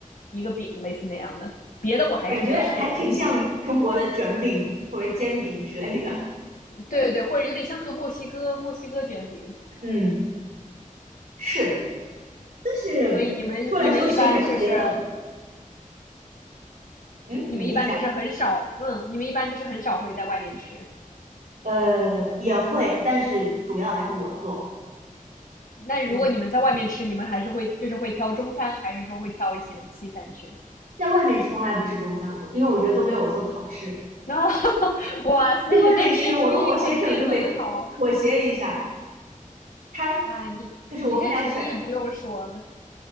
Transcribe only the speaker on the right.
感觉还挺像中国的卷饼或者煎饼之类的，
嗯，<laughs> 是的，但是说来说去还是觉得，
嗯，
你你讲，
呃，也会，但是主要还是我做，
嗯，
在外面从来不吃中餐，我因为我觉得都没有我做的好吃。
去外面吃，
我和我先生就会妥协一下，他
就是我们俩